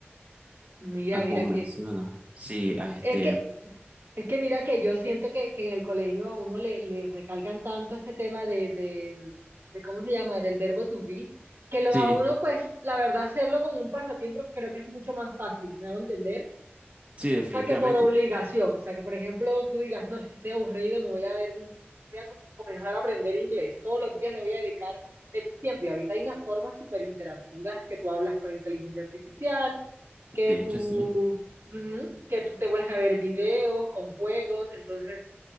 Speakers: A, on the right; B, on the right.
A: Mira,
B: a
A: mira
B: como
A: que,
B: menciona. Sí, a este,
A: es que Es que mira que yo siento que, que en el colegio a uno le, le recalcan tanto este tema de, de, de, ¿cómo se llama? Del verbo to be, que lo,
B: sí,
A: a uno, pues, la verdad, hacerlo como un pasatiempo creo que es mucho más fácil, ¿me hago entender?
B: sí, definitivamente.
A: O sea, que por obligación, o sea, que por ejemplo tú digas, no, es que estoy aburrido, me voy a ver, un- voy a co- comenzar a aprender inglés, todos los días le voy a dedicar X tiempo, y ahorita hay unas formas súper interactivas que tú hablas con inteligencia artificial, que
B: De hecho,
A: tú,
B: sí.
A: ujú, que tú te vuelves a ver videos con juegos, entonces